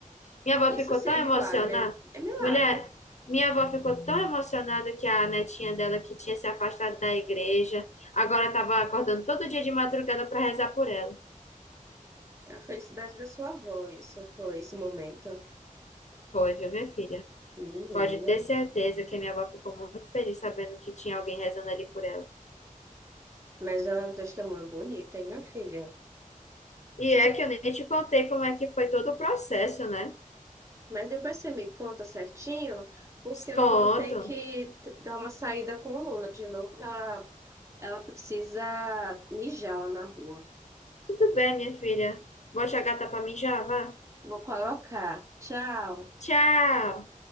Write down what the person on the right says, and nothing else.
Isso
sim
é
milagre. É milagre.
É a felicidade da sua avó, isso foi esse momento.
Menina.
Mas é um testemunho bonito, hein, minha filha?
Você
já...
Mas depois você me conta certinho, porque eu
vou ter que t- dar uma saída com a Luna de novo, que ela, ela precisa mijar lá na rua.
Vou colocar. Tchau.